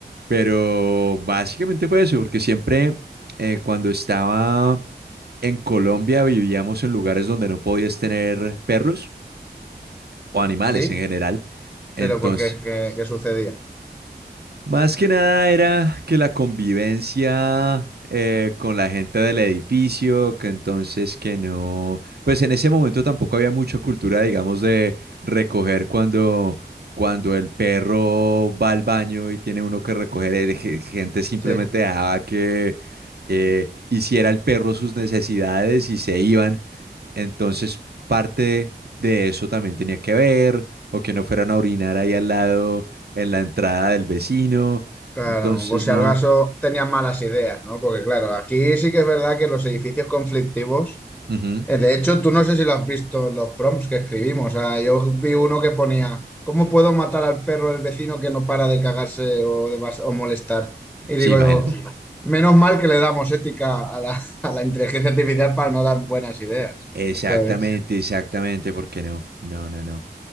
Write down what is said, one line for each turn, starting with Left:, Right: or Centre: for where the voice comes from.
Right: Pero básicamente fue eso, porque siempre eh, cuando estaba En Colombia vivíamos en lugares donde no podías tener perros o animales
Centre: sí,
Right: en general. Entonces,
Centre: pero ¿por qué? ¿Qué, qué sucedía?
Right: más que nada era que la convivencia eh, con la gente del edificio, que entonces que no, pues en ese momento tampoco había mucha cultura, digamos, de recoger cuando, cuando el perro va al baño y tiene uno que recoger, el ge- gente simplemente
Centre: Sí,
Right: dejaba que eh, hiciera el perro sus necesidades y se iban. Entonces, parte de eso también tenía que ver, o que no fueran a orinar ahí al lado, en la entrada del vecino.
Centre: claro,
Right: Entonces,
Centre: o si
Right: no.
Centre: al caso tenían malas ideas, ¿no? Porque claro, aquí sí que es verdad que los edificios conflictivos
Right: Ujú.
Centre: Eh, De hecho, tú no sé si lo has visto en los prompts que escribimos. O sea, yo vi uno que ponía, ¿cómo puedo matar al perro del vecino que no para de cagarse o, de mas- o molestar? Y digo
Right: Sí, imagínate.
Centre: yo, Sí, man. menos mal que le damos ética a la, <laughs> a la inteligencia artificial para no dar buenas ideas,
Right: Exactamente,
Centre: ¿sabes?
Right: exactamente, ¿Por qué no? No, no, no.